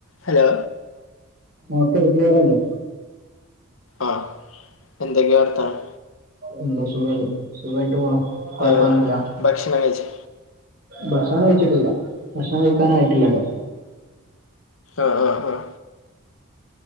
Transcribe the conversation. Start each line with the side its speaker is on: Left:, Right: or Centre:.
Left: Hello..
Right: മൊക്കെ ഏജ്ലവലല്ലേ..
Left: ആ എന്തെക്കെ. വർതാനം..
Right: എന്തോ സുഖല്ലേ സുഖായിട്ട് പോണു കൊഴപ്പൊന്നുല്ല..
Left: ഏഹ് ഭക്ഷണം കഴിച്ചോ
Right: ഭക്ഷണം കഴിച്ചിട്ടില്ല ഭക്ഷണം കഴികാനായിട്ടില്ലല്ലോ.
Left: ആഹ ആഹ ആഹ..